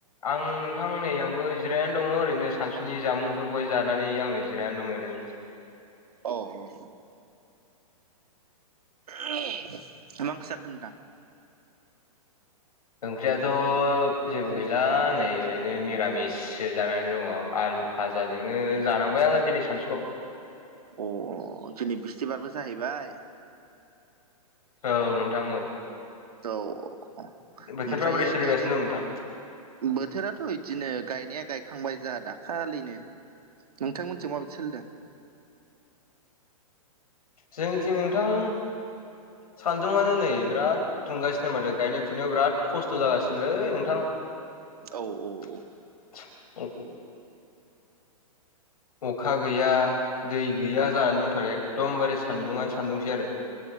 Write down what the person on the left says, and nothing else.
आं नोंथां नै आंबो जिरायनानै दङ ओरैनो सानसुनि जामुंफोरखौहाय जानानै आङो जिरायनो दं ओरैनो
ओंख्रियाथ' जेबो गैला नै ओरैनो मिरामिससो जानानै दङ आलु फाजाजोंनो जानांबाय आङो दिनै सानसुआव
औ नोंथां औ
बोथोरफ्रा बोरै सोलिगासिनो
दं नोंथां
जोंनिथिं नोंथां सान्दुङानो नै बिराद दुंगासिनो माथो गायनाय फुनायाव बिराद खस्थ' जागासिनोलै नोंथां
<inaudible>
अखा गैया दै गैया जानानै दंथारो एखदमबारे सान्दुङानो सान्दुंसै आरो <inaudible>